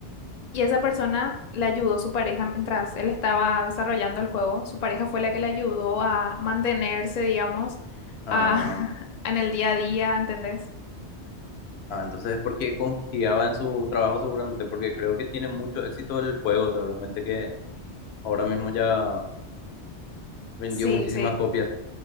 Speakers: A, on the left; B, on the left.
A: Y esa persona le ayudó su pareja mientras él estaba desarrollando el juego. Su pareja fue la que le ayudó a mantenerse, digamos,
B: Ah,
A: a, <laughs> en el día a día, ¿entendés?
B: ah, entonces es porque confiaba en su trabajo seguramente, porque creo que tiene mucho éxito el juego, seguramente que ahora mismo ya vendió
A: Sí,
B: muchísimas
A: sí.
B: copias.